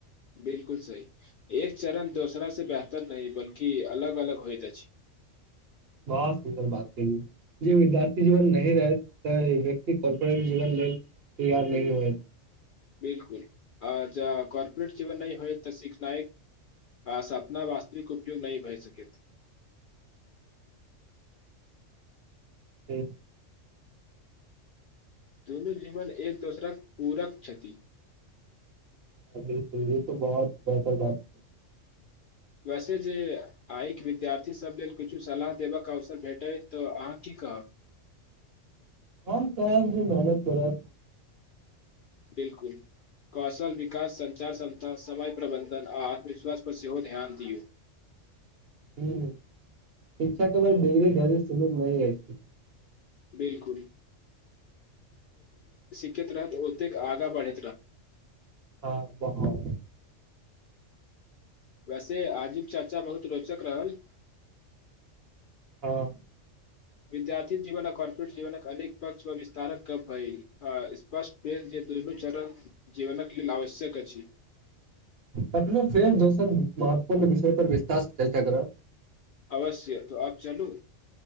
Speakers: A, on the left (about 60°); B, on the right (about 55°).
A: बिलकुल सही एक चरण दोसरा से बेहतर नहि बल्कि अलग अलग होइ जा
B: बहुत सुन्दर बात करै। जे विद्यार्थी जीवन नही रहैत तऽ व्यक्ति करपोरेट जीवन लेल तैयार नहिह होत।
A: बिलकुल आ ज कॉर्पोरेट जीवन नहि होय तऽ सिखनायक सापना वास्तविक उपयोग नहि भए सक।
B: ठ।
A: दुनू जीवन एक दोसरााक पूरक क्षति।
B: बिलकुल ई त बहुत बेहतर बात।
A: वैसे जे आइके विद्यार्थी सब लेल किुछो सलाह देबक अवसर बेटे तो अहाँ की कहब।
B: हम कहब जे मेहनत करै।
A: बिलकुल कौशल विकास संचार संस्था समय प्रबंधन आ आत्मविश्वास पर सेहो ध्यान दियौ।
B: ह शिक्षक त म िगरी धर सीमित म छै।
A: बिल्कुल के तहत उत्यग आगा बढ़े
B: हँ बाहर।
A: वैसे आजुब चर्चा बहुत रोच प कररााय नी।
B: हँ
A: विद्यार्थी जीवन आ कॉर्पोरेट जीवनक अनेक पक्ष पर विस्तारक क भेल स्पष्ट भेल जे दन चरण जीवनक लेल आवश्यक अछि।
B: तखनो फेर दोसर महत्वपूर्ण विषय पर विस्तास चर्चा करब।
A: अवश्य तो आब चलू